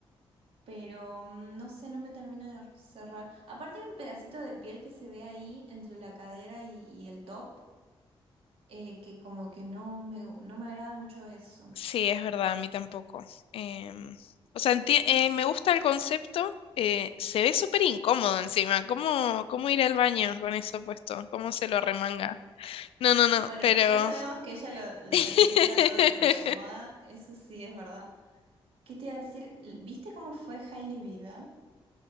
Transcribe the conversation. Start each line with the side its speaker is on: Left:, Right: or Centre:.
Right: pero mm, no sé, no me termina de cerrar. Aparte hay un pedacito de piel que se ve ahí entre la cadera y y el top eh, que como que no me, no me agrada mucho eso.
Left: Sí, es verdad, a mí tampoco. Em, o sea, enti- eh, me gusta el concepto. eh, se ve súper incómodo encima. ¿Cómo, cómo ir al baño con eso puesto? ¿Cómo se lo remanga? No, no, no,
Right: Bueno,
Left: pero...
Right: ya sabemos que ella lo, lo
Left: <laughs>
Right: sacrifica todo por la moda, eso sí es verdad. ¿Qué te iba a decir? ¿Viste cómo fue Hailey Bieber?